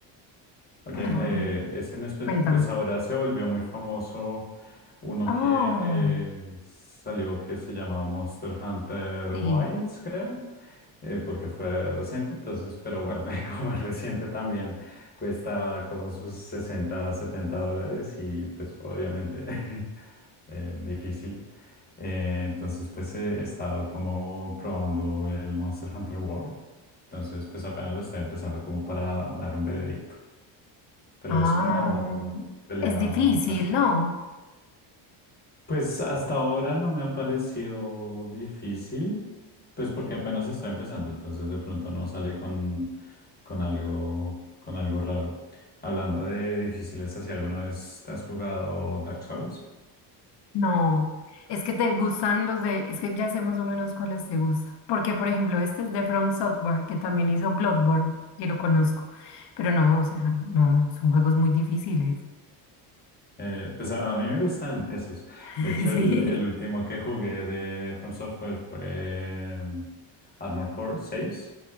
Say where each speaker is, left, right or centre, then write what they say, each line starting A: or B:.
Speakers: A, on the left (about 20°); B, on the left (about 55°).
A: Ok,
B: Ah,
A: eh, ese en espe-
B: cuéntame.
A: pues ahora se volvió muy famoso uno
B: Oh,
A: que eh, salió que se llamaba Monster Hunter
B: sí.
A: Wilds, creo, eh, porque fue reciente, entonces, pero bueno, <laughs> como es reciente también cuesta como sus 60, 70 dólares y pues obviamente <laughs> eh, difícil. Eh, entonces, pues he estado como probando el Monster Hunter World, entonces pues apenas lo estoy empezando como para dar un veredicto. Pero
B: Ah,
A: es como pelea
B: es difícil,
A: tercera.
B: ¿no?
A: Pues hasta ahora no me ha parecido difícil, pues porque apenas está empezando, entonces de pronto no sale con, con algo, con algo raro. Hablando de difíciles, ¿así alguna vez te has jugado Dark Souls?
B: No. Es que te gustan los de, es que ya sé más o menos cuáles te gustan. Porque, por ejemplo, este es de From Software, que también hizo Bloodborne, que lo conozco. Pero no, o sea, no, son juegos muy difíciles.
A: Eh, pues a, a mí me gustan esos.
B: <laughs>
A: De hecho, el,
B: Sí.
A: el último que jugué de From Software fue mm, Armored Core seis,